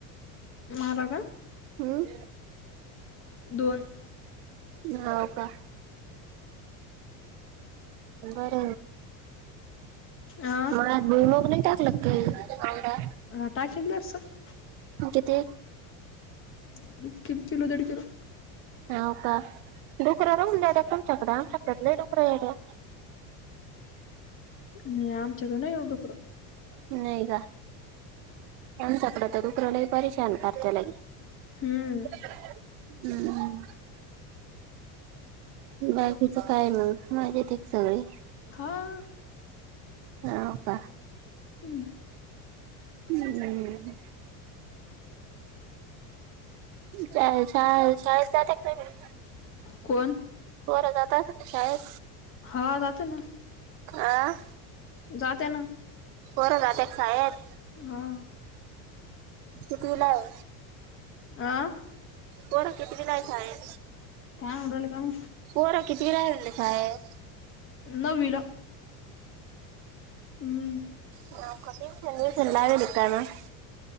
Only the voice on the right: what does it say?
हम्म.
होव का? उर.
मळ्यात भुईमूग नाही टाकलं ते आवदा
म्हणजे ते
हाव का डुकरां रहून तुमच्यांकडे आमच्याकडे डुकरं येतंय.
नाही का आमच्याकडे तर डुकरं लई परेशान करतय लगे.
हम्म. बाकीचं काय मग मजेत का सगळी
ह पा.
हूं हूं. चाय शा शळेत जात काय? मुलं.
पोर जाता ना, शाळेत.
आं.
बरं जात कायेत.
कितविला हो.
बोर किती दिलायच आहे.
पोरा किती राहिलेले शाळेत
ह कोठी चंद चलेकण <inaudible>